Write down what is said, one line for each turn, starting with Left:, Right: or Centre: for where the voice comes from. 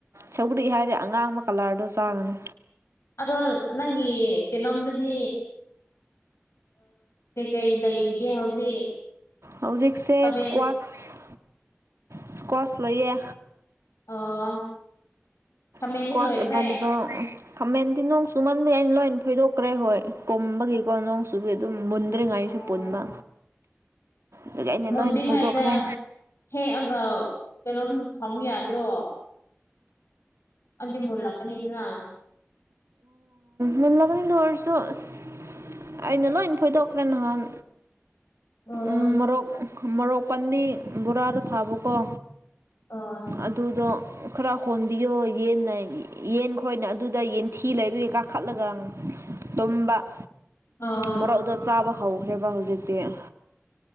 Right: ꯁꯧꯒ꯭ꯔꯤ ꯍꯥꯏꯔꯦ ꯑꯉꯥꯡꯕ ꯀꯂ꯭ꯔꯗꯣ ꯆꯥꯔꯅꯨ
Left: ꯑꯗꯣ ꯅꯪꯒꯤ ꯀꯩꯅꯣꯝꯗꯗꯤ ꯀꯩꯀꯩ ꯂꯩꯔꯤꯒꯦ ꯍꯧꯖꯤꯛ
Right: ꯍꯧꯖꯤꯛꯁꯦ
Left: ꯈꯥꯃꯦꯟ
Right: ꯏꯁꯀ꯭ꯋꯥꯁ ꯏꯁꯀ꯭ꯋꯥꯁ ꯂꯩꯌꯦ
Left: ꯑꯣ ꯈꯥꯃꯦꯟꯗꯤ
Right: ꯏꯁ꯭ꯀ꯭ꯋꯥꯁ
Left: ꯂꯣꯏꯈ꯭ꯔꯦ
Right: ꯑꯦꯕꯥꯂꯦꯕꯜ ꯈꯥꯃꯦꯟꯗꯤ ꯅꯣꯡ ꯆꯨꯃꯟꯕꯩ ꯑꯩꯅ ꯂꯣꯏ ꯐꯣꯏꯗꯣꯛꯈ꯭ꯔꯦ ꯍꯣꯏ ꯀꯨꯝꯕꯒꯤꯀꯣ ꯅꯣꯡꯁꯨ ꯑꯗꯨ ꯑꯗꯨꯝ ꯃꯨꯟꯗ꯭ꯔꯤ ꯉꯥꯏꯁꯨ
Left: ꯑꯣ
Right: ꯄꯨꯟꯕ ꯑꯗꯨꯒꯤ ꯑꯩꯅ
Left: ꯃꯨꯗ꯭ꯔꯤꯉꯩꯗ
Right: ꯂꯣꯏꯅ ꯐꯣꯏꯗꯣꯛꯈ꯭ꯔꯦ
Left: ꯍꯦꯛꯑꯒ ꯀꯩꯅꯣꯝ ꯊꯝ ꯌꯥꯗ꯭ꯔꯣ ꯑꯗꯤ ꯃꯨꯂꯛꯀꯅꯤꯗꯅ
Right: ꯃꯂꯗꯔꯁꯨ <unintelligible> ꯑꯩꯅ ꯂꯣꯏꯟ ꯐꯣꯏꯗꯣꯛꯈ꯭ꯔꯦ ꯅꯍꯥꯟ
Left: ꯑ
Right: ꯎꯝ ꯃꯔꯣꯔꯣꯛ ꯃꯔꯣꯔꯣꯛ ꯄꯟꯗꯤ ꯕꯣꯔꯥꯗ ꯊꯥꯕꯀꯣ
Left: ꯑꯥ
Right: ꯑꯗꯨꯗꯣ ꯈꯔ ꯍꯣꯟꯕꯤꯌꯣ ꯌꯦꯟꯅ ꯌꯦꯟ ꯈꯣꯏꯅ ꯑꯗꯨꯗ ꯌꯦꯟ ꯊꯤ ꯂꯩꯕꯒꯤ ꯀꯥꯈꯠꯂꯒ ꯇꯨꯝꯕ
Left: ꯑ
Right: ꯃꯣꯔꯣꯛꯗꯣ ꯆꯥꯕ ꯍꯧꯈ꯭ꯔꯦꯕ ꯍꯧꯖꯤꯛꯇꯤ